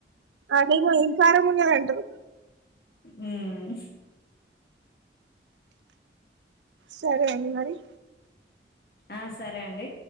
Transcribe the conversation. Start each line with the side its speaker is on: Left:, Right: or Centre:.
Right: అదేమో ఏం కారం ఉన్నదంటరు.
Left: మ్
Right: సరే అండి మరి
Left: ఆ సరే అండి.